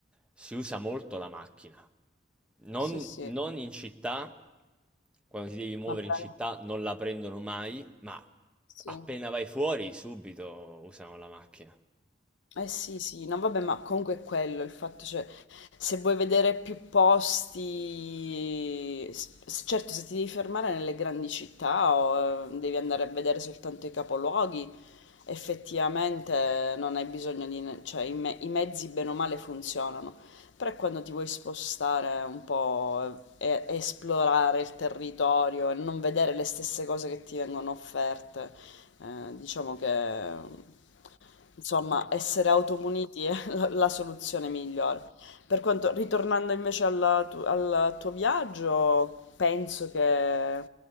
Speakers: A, in the centre; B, on the left.
A: si usa molto la macchina. Non,
B: Sì, sì,
A: non in città, quando ti devi muovere
B: ma per...
A: in città, non la prendono mai, ma
B: Sì.
A: appena vai fuori, subito usano la macchina.
B: Eh sì, sì, no vabbè, ma comunque è quello il fatto, cioè, se vuoi vedere più posti, s- certo se ti devi fermare nelle grandi città o eh, devi andare a vedere soltanto i capoluoghi, effettivamente non hai bisogno di, ne- cioè i, me- i mezzi bene o male funzionano, però quando ti vuoi spostare un po' e e esplorare il territorio e non vedere le stesse cose che ti vengono offerte, eh, diciamo che... Insomma, essere automuniti è <laughs> la, la soluzione migliore. Per quanto, ritornando invece alla tu- al tuo viaggio, penso che